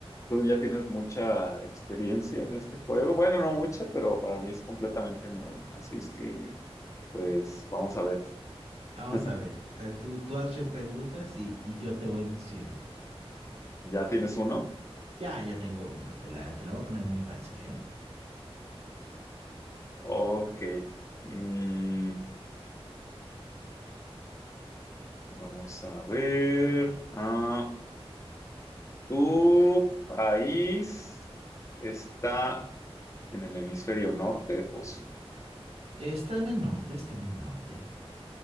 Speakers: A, on the left; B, on the right.
A: Tú ya tienes mucha experiencia en este juego. Bueno, no mucha, pero para mí es completamente nuevo. Así es que, pues, vamos a ver.
B: Vamos
A: <laughs>
B: a ver. eh, Tú, tú hazme preguntas y, y yo te voy diciendo.
A: ¿Ya tienes uno?
B: Ya, ya tengo uno. Te la, te la voy a poner muy fácil, ¿eh?
A: Ok. Mm, vamos a ver. Ah, ¿tu país está en el hemisferio norte o sur?
B: Está en el norte, está en el norte.